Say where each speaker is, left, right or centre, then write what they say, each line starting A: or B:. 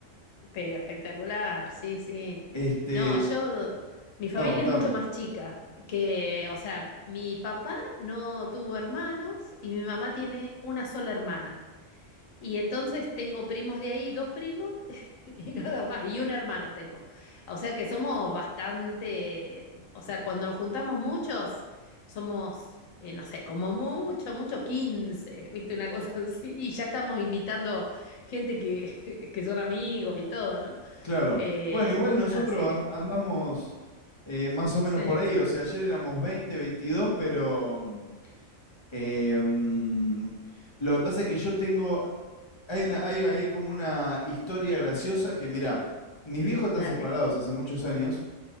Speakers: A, on the left; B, on the left.
A: Pero espectacular, sí, sí.
B: Este,
A: No, yo, mi familia
B: no, contame.
A: es mucho más chica que, o sea, mi papá no tuvo hermanos y mi mamá tiene una sola hermana. Y entonces tengo primos de ahí, dos primos <laughs> y nada más, y un hermano tengo. O sea que somos bastante, o sea, cuando nos juntamos muchos, somos, eh, no sé, como mucho, mucho quince ¿viste? Una cosa así. Y ya estamos invitando gente que, <laughs> que son amigos y todo, ¿no?
B: Claro.
A: Eh,
B: Bueno, igual nosotros
A: así
B: an-
A: que,
B: andamos eh, más o menos
A: sí,
B: por ahí. O sea, ayer éramos 20 22 pero... mm, eh, mm, lo que pasa es que yo tengo Hay una, hay, hay como una historia graciosa que, mirá, mis viejos están
A: dale.
B: separados hace muchos años